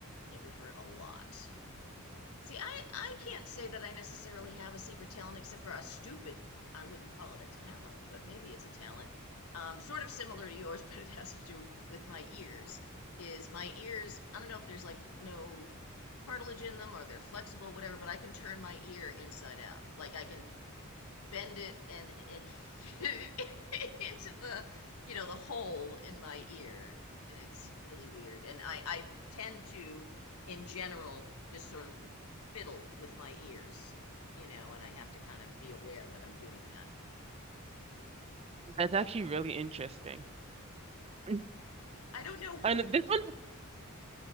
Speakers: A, on the left; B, on the right.
A: It would hurt a lot. See, I, I can't say that I necessarily have a secret talent except for a stupid, I wouldn't call it a talent, but maybe it's a talent, um, sort of similar to yours, <laughs> but it has to do with my ears. Is my ears, I don't know if there's like no cartilage in them or they're flexible, whatever, but I can turn my ear inside out. Like I can bend it and and fit it <laughs> into the you know the hole in my ear and it's really weird and i i tend to in general just sort of fiddle with my ears you know and i have to kind of be aware that i'm doing that
B: That's actually really interesting. And
A: i don't know
B: this one,